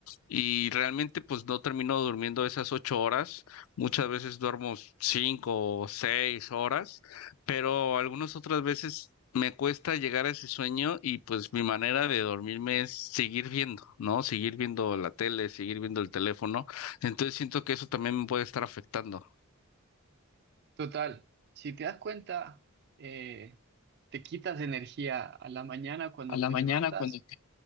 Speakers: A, on the left; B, on the right.
A: Y realmente pues no termino durmiendo esas ocho horas. Muchas veces duermo cinco o seis horas, pero algunas otras veces me cuesta llegar a ese sueño y pues mi manera de dormirme es seguir viendo, ¿no? Seguir viendo la tele, seguir viendo el teléfono. Entonces siento que eso también me puede estar afectando.
B: Total, si te das cuenta, eh, te quitas energía a la mañana cuando
A: A la
B: te
A: mañana,
B: levantas
A: cuando